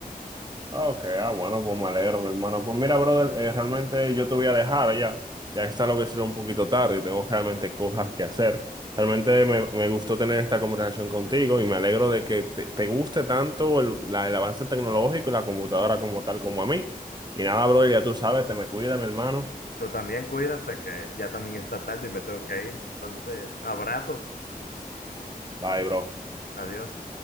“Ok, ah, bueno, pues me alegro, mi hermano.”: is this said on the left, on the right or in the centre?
Right